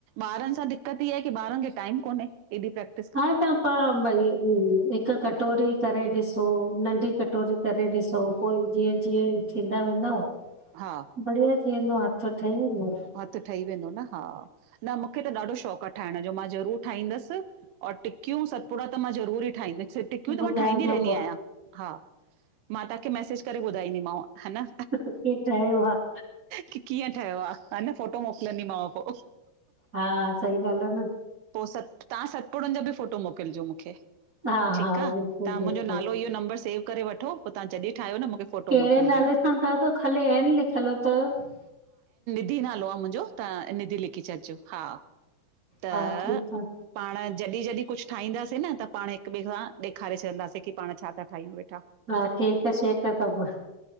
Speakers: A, on the right (about 80°); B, on the right (about 25°).
A: ॿारनि सां दिक्क़त इएं आय की ॿारनि खे टाइम कोन्हे एॾी प्रक।
B: हा त पा भई हूं, हिकु कटोरी करे ॾिसो नंढी कटोरी करे ॾिसो पो जीअं जीअं थींदा वेंदव
A: हा
B: बढिया थीवेंदो हथु ठहिवयो
A: हथु ठही वेंदो न हा न मूंखे त ॾाढो शौंक़ु आ ठाहिण जो मां ज़रूरु ठाहींदसि। और टिकियूं सतपुड़ा त मां ज़रूरी ई ठाहींद, टिकियूं त
B: ॿुधाइजो
A: मां ठाहींदी रहंदी
B: पोइ
A: आहियां, हा। मां तांखे मैसेज करे ॿुधाईंदीमांव ह न।
B: की ठहियो आहे
A: की कीअं ठयो आ। ह न फोटो मोकिलंदीमांव पो।
B: हा सही ॻाल्हि आ न।
A: पो तां सतपुड़नि जा बि फोटो मोकिलिजो मूंखे
B: हा
A: ठीकु
B: हा
A: आ,
B: बिल्कुलु
A: तां
B: बिल्कुलु
A: मुंहिंजो नालो इहो नंम्बरु सेव करे वठो पो तां जॾी ठाहियो न मूंखे फोटो
B: कैड़े
A: मोकिलिजो
B: नाले सां ता त खाली एन लिखल तव?
A: निधी नालो आ मुंहिंजो, तां निधी लिखी छॾिजो हा। त
B: हा ठीकु आहे
A: पाण जॾी जॾी कुझु ठाहींदासीं न, पाण हिकु ॿिए खां ॾेखारे छॾींदासीं की पाण छा ता ठाहियूं वेठा।
B: हा केक शेक सभु।